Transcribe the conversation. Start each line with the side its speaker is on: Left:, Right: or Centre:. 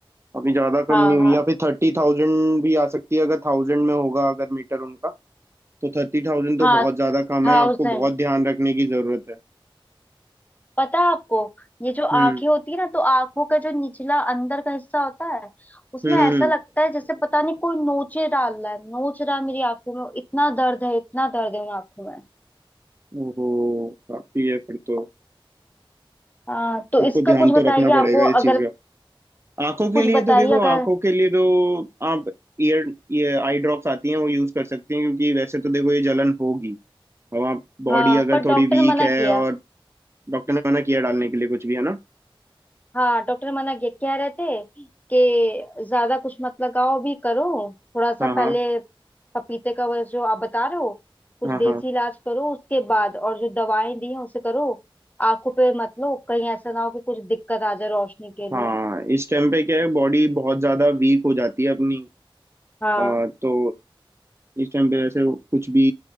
Right: अभी ज्यादा कम
Left: हाँ
Right: नहीं हुई
Left: हाँ
Right: या फिर थर्टी थाउजेंड भी आ सकती है अगर थाउजेंड में होगा अगर मीटर उनका तो थर्टी थाउजेंड तो
Left: हाँ
Right: बहुत ज्यादा कम
Left: थाउजेंड
Right: है आपको बहुत ध्यान रखने की जरूरत है
Left: पता है आपको ये जो
Right: हम्म
Left: आंखें होती है ना तो आंखों का जो निचला अंदर का हिस्सा होता है उसमें
Right: हम्म
Left: ऐसा
Right: हम्म, हम्म।
Left: लगता है जैसे पता नहीं कोई नोचे डाल रहा है नोच रहा है मेरी आंखों में इतना दर्द है इतना दर्द है उन आंखों में
Right: ओहो काफी है फिर तो
Left: हाँ तो
Right: आपको
Left: इसका
Right: ध्यान
Left: कुछ बताइए
Right: तो रखना पड़ेगा
Left: आपको अगर
Right: इस चीज का आंखों के
Left: कुछ
Right: लिए
Left: बताइए
Right: तो देखो
Left: अगर
Right: आंखों के लिए तो आप ईयर ये आई ड्रॉप्स आती हैं वो यूज कर सकती हैं क्योंकि वैसे तो देखो ये जलन होगी अब आप बॉडी
Left: हाँ
Right: अगर
Left: पर
Right: थोड़ी
Left: डॉक्टर
Right: वीक
Left: ने मना
Right: है
Left: किया
Right: और डॉक्टर ने मना किया डालने के लिए कुछ भी है ना
Left: हाँ डॉक्टर मना किए कह रहे थे कि ज्यादा कुछ मत लगाओ भी करो थोड़ा सा
Right: हाँ
Left: पहले
Right: हाँ
Left: पपीते का वो जो आप बता रहे हो कुछ
Right: हाँ
Left: देसी
Right: हाँ
Left: इलाज करो उसके बाद और जो दवाएं दी हैं उसे करो आंखों पे मत लो कहीं ऐसा ना हो कि कुछ दिक्कत आ जाए रोशनी के लिए
Right: हाँ इस टाइम पे क्या है बॉडी बहुत ज्यादा वीक हो जाती है अपनी
Left: हाँ
Right: अ, तो इस टाइम पे वैसे कुछ भी